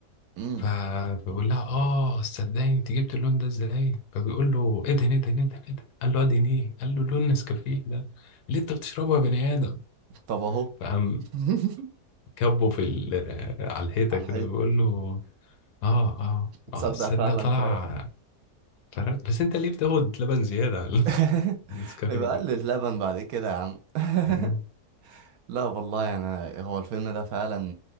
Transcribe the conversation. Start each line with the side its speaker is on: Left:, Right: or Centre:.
Right: امم
Left: فبيقول لها اه صدقني انت جبت اللون ده ازاي فبيقول له ادهن ادهن ادهن ادهن قال له ادهن ايه قال له لون نسكافيه ده اللي انت بتشربه يا بني ادم
Right: طب اهو
Left: فقام
Right: <laughs>
Left: كبه في ال- آه، على الحيطه
Right: على
Left: كده
Right: الحيط
Left: بيقول له اه اه اه
Right: تصدق
Left: تصدق
Right: فعلا
Left: طلع
Right: فرق
Left: قررت بس انت ليه بتاخد لبن زيادة على
Right: <laughs>
Left: <laughs> النسكافيه
Right: يبقى
Left: كده
Right: قلل اللبن بعد كده يا عم <laughs>
Left: مم.
Right: لا والله انا هو الفيلم ده فعلا